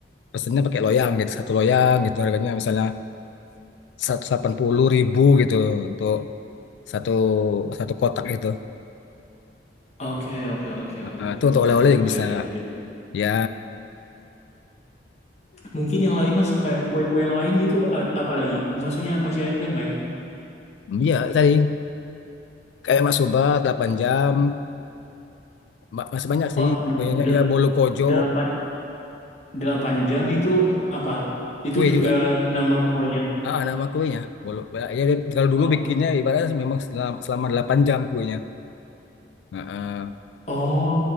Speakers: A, on the left; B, on the left.
A: pesennya pakai loyang gitu, satu loyang gitu harganya misalnya satu delapan puluh ribu gitu untuk satu satu kotak itu.
B: Oke, oke, oke,
A: Ah,
B: oke,
A: ah, itu untuk
B: Mas
A: oleh-oleh
B: Suba
A: juga bisa.
B: ya tadi ya.
A: Ya,
B: Mungkin yang lain Mas, kayak kue-kue yang lain gitu, a- apa lagi? Maksudnya masih ada nggak ya?
A: mm, ya tadi kayak Mas Soba 8 jam, Ma- masih banyak sih
B: Oh, d-
A: kuenya.
B: d-
A: Ya bolu kojo,
B: delapan, delapan jam itu apa? Itu
A: kue
B: juga
A: juga.
B: nama kuenya.
A: Ah, ah, nama kuenya bolu. Ya, dia- kalau dulu
B: Oke.
A: bikinnya ibaratnya memang selama, selama 8 jam kuenya. Heeh.
B: Oh,